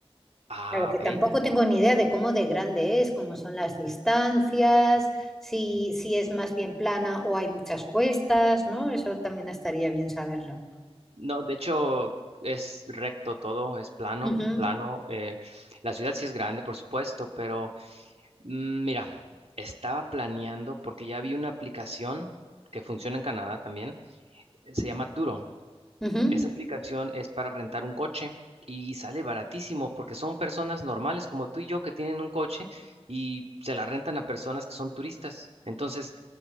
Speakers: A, on the right (about 75°); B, in the centre.
A: Ah,
B: Claro, que
A: ok.
B: tampoco tengo ni idea de cómo de grande es, cómo son las distancias, si, si es más bien plana o hay muchas cuestas, ¿no? Eso también estaría bien saberlo.
A: No, de hecho es recto todo, es plano,
B: Ujú,
A: plano. eh, la ciudad sí es grande, por supuesto, pero Mm, Mira, estaba planeando porque ya vi una aplicación que funciona en Canadá también. eh, Se llama Turo.
B: ujú,
A: Esa aplicación es para rentar un coche y sale baratísimo porque son personas normales como tú y yo que tienen un coche y se la rentan a personas que son turistas. Entonces,